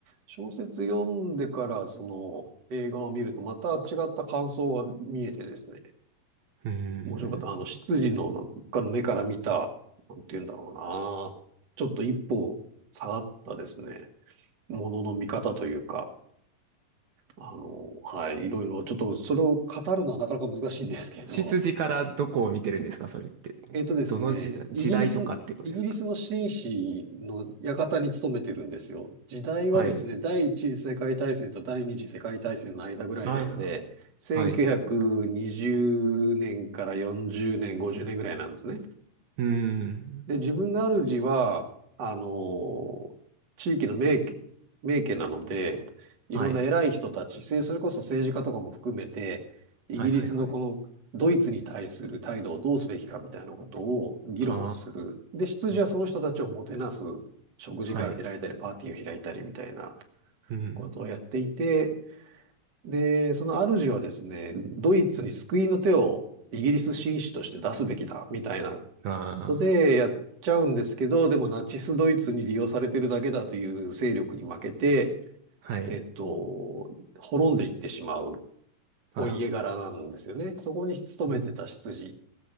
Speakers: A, on the right; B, on the right.
A: 小説読んでから、その、映画を見ると、また違った感想が見えてですね、
B: ーん。
A: 面白かった。あの、執事のなんかの目から見た、なんて言うんだろうな。ちょっと一歩下がったですね。ものの見方というか、あの、はい、いろいろ、ちょっとそれを語るのはなかなか難しいんですけど、
B: 執事からどこを見てるんですか、それって。
A: えっとですね、
B: どの時代、
A: イギリス、
B: 時代とかってことですか。
A: イギリスの紳士の館に勤めてるんですよ。時代はですね、
B: はい。
A: 第一次世界大戦と第二次世界大戦の間ぐらいなんで、
B: はい。は
A: 1920年から40年、
B: はい。
A: 50年ぐらいなんですね。
B: うーん。
A: で、自分の主は、あのー地域の名家、名家なので、いろんな偉い人たち、
B: はい。
A: せそれこそ政治家とかも含めて、イギリスのこのドイツに対する態度をどうすべきかみたいなことを議論する。
B: はい。はい。はい。あ
A: で、執事はその人たちをもてなす
B: ー。
A: 食事会を開いたり、
B: はい。
A: パーティーを開いたりみたいな
B: うん。
A: ことをやっていて、で、その主はですね、ドイツに救いの手をイギリス紳士として出すべきだみたいな
B: あ
A: ことでやっちゃうんですけど、でもナチスドイツに利用されてるだけだという勢力に負けて、
B: ー。はい。
A: えっと、滅んでいってしまう
B: あら。
A: お家柄なんですよね。そこに勤めてた執事
B: うん。